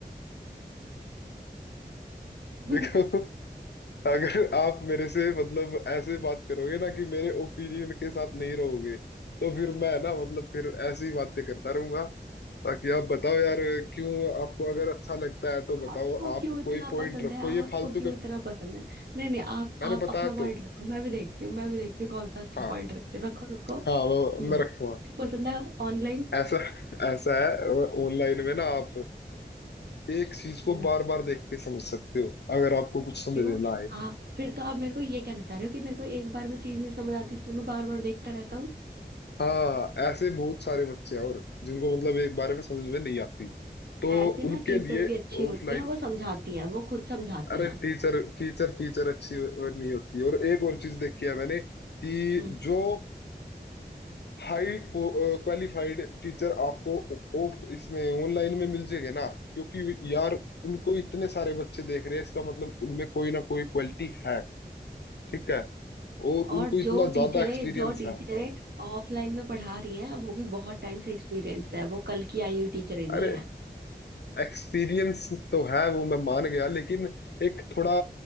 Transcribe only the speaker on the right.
<laughs>
आपको
क्यों इतना
पसंद
है आपको
क्यों
इतना पसंद है नहीं नहीं आप
आप
अपना पॉइंट
रखो मैं भी देखती हूँ मैं भी देखती हूँ कौन सा अच्छा
पॉइंट रखते हो। रखो रखो
हम्म
क्यों पसंद है ऑनलाइन
हम्म
क्यों
हाँ फिर तो आप मेरे को ये कहना चाह रहे हो कि मेरे को एक बार में चीज नहीं समझ आती इसलिए मैं बार बार देखता रहता हूँ
ऐसे ना
टीचर
भी अच्छी होती
हैं वो समझाती हैं वो खुद समझाती
हैं
हम्म
और
जो टीचरें
जो टीचरें
ऑफलाइन में पढ़ा रही हैं वो भी बहुत टाइम से एक्सपीरियंस्ड है वो कल की आई हुई टीचरें नहीं
है